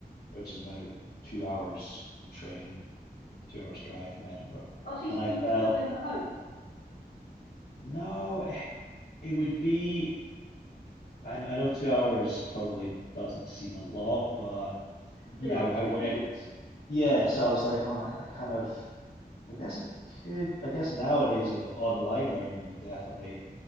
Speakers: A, on the left (about 70°); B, on the left (about 85°).
A: which is about two hours train, two hours drive from Edinburgh.
B: oh, so you,
A: And I
B: you
A: felt,
B: couldn't live at home.
A: no, eh, it would be, I, I know two hours probably doesn't seem a lot, but
B: <laughs> It's
A: yeah,
B: a lot
A: I, I
B: to me.
A: went,
B: <laughs>
A: yeah, so I was like, oh, I, I kind of, I guess I could, I guess nowadays with the online learning, you definitely